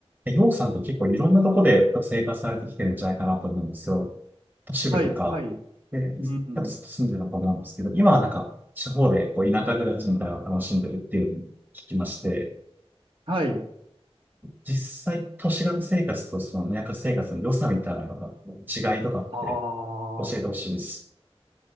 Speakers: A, on the right; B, on the right.
A: ようさんと結構いろんなとこで生活されてきてるんじゃないかなと思うんですよ。都市部とか、
B: はい、はい、
A: で、
B: うん、
A: 多分住んでるのかと思うんですけど、今はなんか地方でこう田舎暮らしみたいなのを楽しんでるっていうふうに聞きまして、
B: はい。
A: 実際都市型生活とその田舎生活の良さみたいなのが違いとかって
B: ああ、
A: 教えてほしいです。